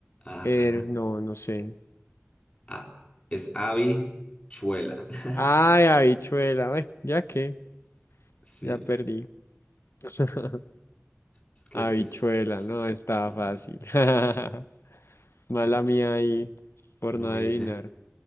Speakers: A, on the left (about 30°); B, on the left (about 80°).
A: Ajá.
B: er, no, no sé.
A: Ah, es habichuela. <laughs>
B: Ay, habichuela, ay, ya qué,
A: Sí,
B: ya perdí. <laughs>
A: es que
B: Habichuela,
A: pues
B: no, estaba
A: mm,
B: fácil. <laughs> Mala mía ahí, por
A: no
B: no adivinar.
A: hice